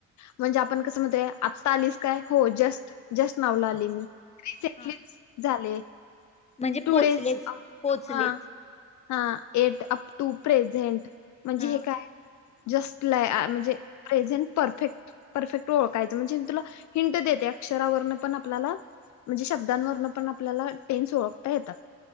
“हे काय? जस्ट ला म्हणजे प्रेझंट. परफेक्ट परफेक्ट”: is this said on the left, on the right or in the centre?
Left